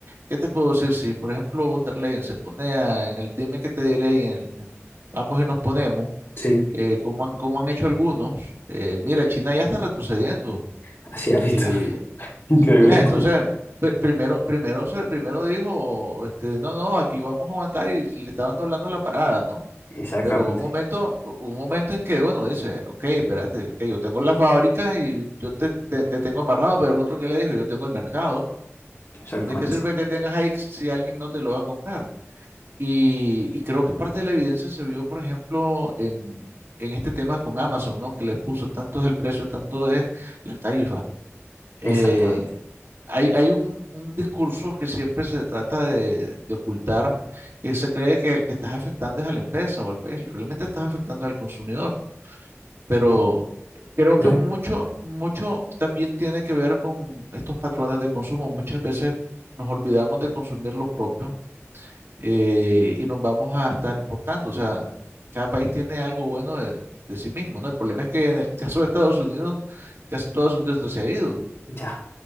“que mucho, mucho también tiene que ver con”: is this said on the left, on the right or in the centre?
Right